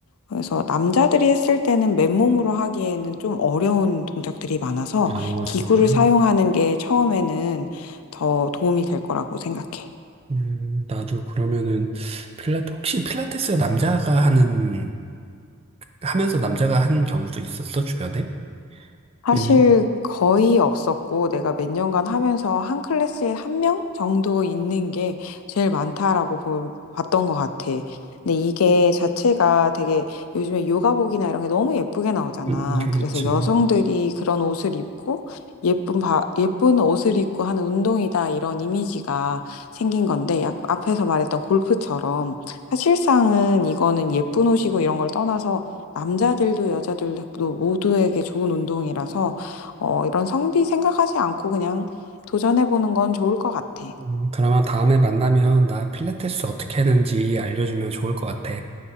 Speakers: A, on the left (about 85°); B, on the right (about 30°).
A: 그래서 남자들이 했을 때는 맨몸으로 하기에는 좀 어려운 동작들이 많아서
B: 아,
A: 기구를
B: 정말.
A: 사용하는 게 처음에는 더 도움이 될 거라고 생각해.
B: 음, 나도 그러면은, 필라, 혹시 필라테스가 남자가 하는 하면서 남자가 한 경우도 있었어, 주변에?
A: 사실
B: 왜냐면,
A: 거의 없었고 내가 몇 년간 하면서 한 클래스에 한 명 정도 있는 게 제일 많다라고 보, 봤던 것 같아. 근데 이게 자체가 되게 요즘에 요가복이나 이런 게 너무 예쁘게 나오잖아.
B: 음, 그렇지.
A: 그래서 여성들이 그런 옷을 입고 예쁜 바, 예쁜 옷을 입고 하는 운동이다 이런 이미지가 생긴 건데 약 앞에서 말했던 골프처럼 사실상은 이거는 예쁜 옷이고 이런 걸 떠나서 남자들도 여자들도 모두에게 좋은 운동이라서 어, 이런 성비 생각하지 않고 그냥 도전해보는 건 좋을 것 같아.
B: 음, 그러면 다음에 만나면 나 필라테스 어떻게 하는지 알려주면 좋을 것 같아.